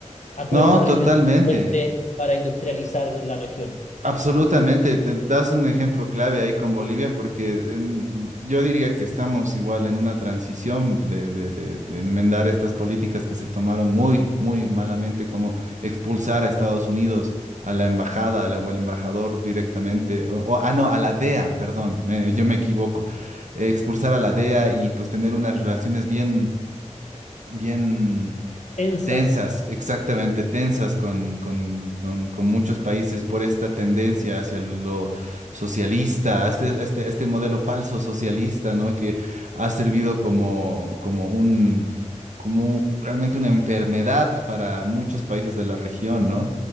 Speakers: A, on the left; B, on the right.
A: acuerdos
B: no, totalmente.
A: regionales fuertes para industrializar la región.
B: Absolutamente, te das un ejemplo clave ahí con Bolivia porque en- yo diría que estamos igual en una transición de, de- de- de enmendar estas políticas que se tomaron muy, muy malamente, como expulsar a Estados Unidos, a la embajada, a la- o al embajador directamente, o, o- ah, no, a la DEA, perdón, me- yo me equivoco, eh, expulsar a la DEA y pues tener unas relaciones bien, bien...
A: Tensas.
B: Tensas, exactamente, tensas con, con- con- con muchos países por esta tendencia hacia lo socialista, a este, a este, a este modelo falso socialista, ¿no? Que ha servido como, como un, como un- realmente una enfermedad para muchos países de la región, ¿no?